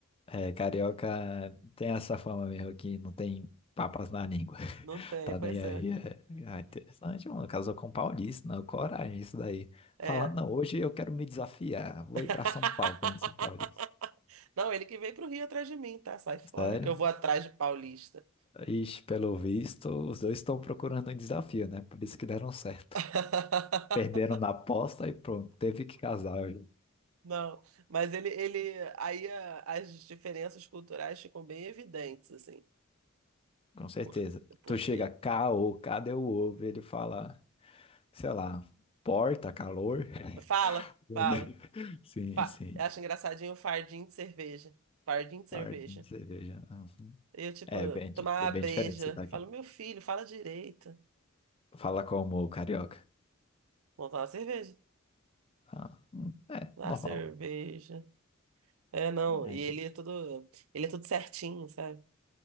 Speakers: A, on the left; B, on the right.
A: É, carioca tem essa fama mesmo que não tem papas na língua. <laughs>
B: Não tem,
A: Tá
B: pois
A: nem
B: é.
A: aí. É, é interessante, mano. Casou com paulista, não. Coragem, isso daí.
B: É.
A: Falar,
B: é.
A: não, hoje eu quero me desafiar. Vou
B: <laughs>
A: ir pra São Paulo conhecer um paulista.
B: Não, ele que veio pro Rio atrás de mim, tá? Sai fora,
A: Sério?
B: que eu vou atrás de paulista.
A: Ixi, pelo visto, os dois estão procurando um desafio, né? Por isso que deram certo.
B: <laughs>
A: Perderam na aposta e pronto, teve que casar.
B: Não, mas ele, ele, aí a- as diferenças culturais ficam bem evidentes, assim,
A: Com certeza.
B: por, porque,
A: Tu chega cá ou cadê o ovo? Ele fala, sei lá, porta, calor.
B: fala,
A: <laughs>
B: fala,
A: Sim,
B: fa,
A: sim.
B: eu acho engraçadinho o fardinho de cerveja, fardinho de cerveja.
A: Pardinho, cerveja. Uhum.
B: Eu, tipo,
A: É bem, di-
B: tomar uma
A: é bem
B: breja.
A: diferente o sotaque.
B: Falo, meu filho, fala direito.
A: Fala como o carioca.
B: Montar uma cerveja.
A: Ah, hum, é,
B: Ah,
A: normal.
B: cerveja. É, não.
A: É.
B: E ele é todo. Ele é tudo certinho, sabe?